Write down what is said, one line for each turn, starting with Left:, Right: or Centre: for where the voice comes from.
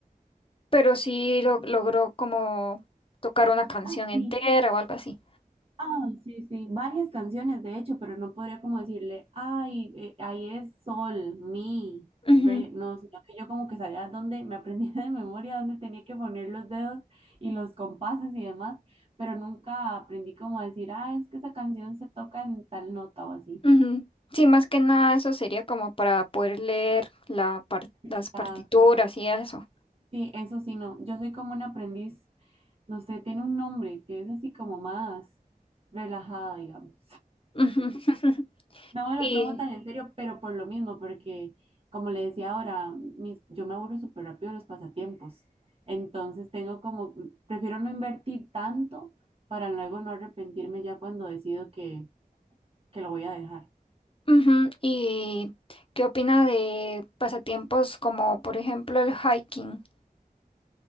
Left: pero sí lo- logró como tocar una canción
Right: Así.
Left: entera o algo así.
Right: Ah, sí, sí, varias canciones de hecho, pero no podría como decirle, ay, eh, ahí es sol, mi,
Left: Ujú,
Right: re, no, sino que yo como que sabía dónde, me aprendía de memoria dónde tenía que poner los dedos y los compases y demás, pero nunca aprendí como a decir, ah, es que esa canción se toca en tal nota o así.
Left: ujú. Sí, más que nada eso sería como para poder leer la par-
Right: Exacto,
Left: las partituras y eso.
Right: sí, eso sí, no, yo soy como un aprendiz, no sé, tiene un nombre que es así como más relajado, digamos.
Left: Ujú. <laughs>
Right: No me lo
Left: Y,
Right: tomo tan en serio, pero por lo mismo, porque como le decía ahora, mis- yo me aburro súper rápido de los pasatiempos. Entonces tengo como, prefiero no invertir tanto para luego no arrepentirme ya cuando decido que, que lo voy a dejar.
Left: ujú, ¿Y qué opina de pasatiempos como por ejemplo el hiking?